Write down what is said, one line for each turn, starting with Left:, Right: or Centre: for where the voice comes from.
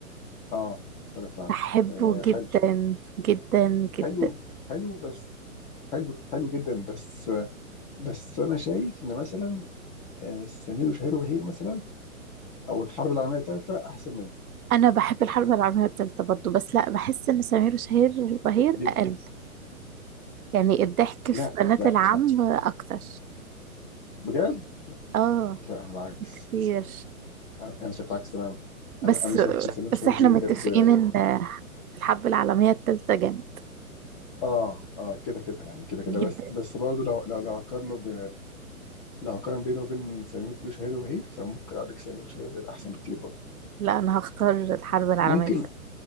Centre: اه بنات العم
Right: بحبه
Centre: آه
Right: جدا
Centre: حلو
Right: جدا جدا
Centre: حلو حلو بس حلو حلو جدا بس بس انا شايف ان مثلا آه، سمير وشهير وبهير مثلا او الحرب العالميه الثالثه احسن منه
Right: انا بحب الحرب العالميه الثالثه برضو بس لا بحس ان سمير وشهير وبهير
Centre: جدا
Right: اقل يعني الضحك
Centre: لا
Right: في بنات
Centre: لا
Right: العم اكتر
Centre: بجد
Right: اه
Centre: لا انا العكس
Right: كتير
Centre: انا أنا شايف العكس تماما
Right: بس
Centre: انا انا شايف ان سمير وشهير
Right: بس احنا
Centre: وبهير
Right: متفقين
Centre: بجد
Right: ان الحرب العالمية التالتة جامد
Centre: اه اه كده كده يعني كده كده
Right: جدا
Centre: بس بس برضه لو لو لو هقارنه ب... لو هقارن بينه وبين سمير وشهير وبهير فممكن اقول لك سمير وشهير وبهير احسن بكتير برضه
Right: لا أنا هختار الحرب العالمية
Centre: ممكن
Right: التالتة